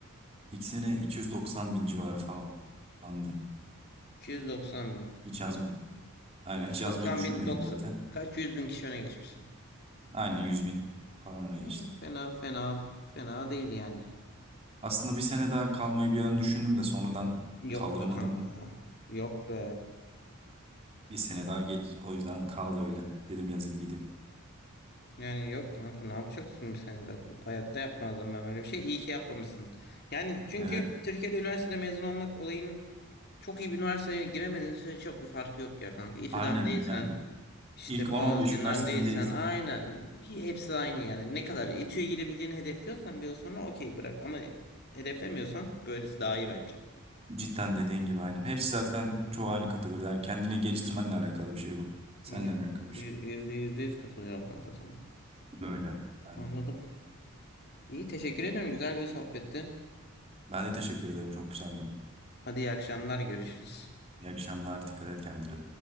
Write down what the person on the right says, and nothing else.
İlk sene 290 bin civarı falandı.
Hiç yazmadım. Aynen hiç yazmayı
düşünmedim
zaten.
Aynen 100 bin falan öyle
geçtim.
Aslında bir sene daha kalmayı bir an düşündüm de sonradan kaldıramadım.
Bir sene daha geç o yüzden kaldı öyle. Dedim yazayım gideyim.
Evet,
aynen
yani
ilk
10-15 üniversiteden
değilsin.
Cidden dediğin gibi aynen. Hepsi zaten çoğu aynı kategoride. Yani kendini geliştirmenle alakalı bir şey bu. Seninle
alakalı bir
şey.
Böyle. Ben,
ben de teşekkür ederim. Çok güzeldi.
İyi akşamlar. Dikkat et kendine.